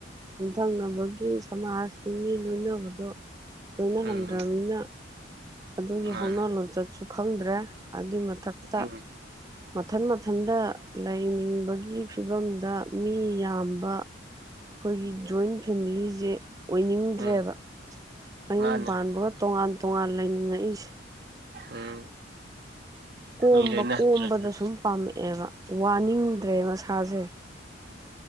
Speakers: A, on the right; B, on the right.
A: ꯌꯨꯝꯊꯪꯅꯕꯒꯤ ꯁꯃꯥꯖꯀꯤ ꯃꯤ ꯂꯣꯏꯅꯕꯗꯣ ꯂꯣꯏꯅꯍꯟꯗ꯭ꯔꯕꯃꯤꯅ
B: ꯎꯝ
A: ꯑꯗꯨꯒꯤ
B: ꯃꯥꯅꯦ
A: ꯍꯧꯅ ꯂꯣꯟꯆꯠꯁꯨ ꯈꯪꯗ꯭ꯔꯦ ꯑꯗꯨꯏ ꯃꯊꯛꯇ
B: ꯎꯝ
A: ꯃꯊꯟ ꯃꯊꯟꯗ ꯂꯩꯅꯤꯡꯕꯒꯤ ꯐꯤꯕꯝꯗ ꯃꯤ ꯌꯥꯝꯕ ꯈꯣꯏꯒꯤ ꯖꯣꯏꯟ ꯐꯦꯃꯤꯂꯤꯖꯦ ꯑꯣꯏꯅꯤꯡꯗ꯭ꯔꯦꯕ
B: ꯎꯝ
A: ꯃꯌꯨꯝ
B: ꯃꯥꯅꯦ
A: ꯄꯥꯟꯕꯒ ꯇꯣꯉꯥꯟ ꯇꯣꯉꯥꯟ ꯂꯩꯅꯤꯡꯉꯛꯏꯁꯦ
B: ꯎꯝ
A: ꯀꯣꯝꯕ
B: ꯃꯤ ꯂꯣꯏꯅꯍꯟꯗ꯭ꯔꯕꯅꯤꯅ
A: ꯀꯣꯝꯕꯗ ꯁꯨꯝ ꯄꯥꯝꯃꯛꯑꯦꯕ ꯋꯥꯅꯤꯡꯗ꯭ꯔꯦ ꯃꯁꯥꯖꯦ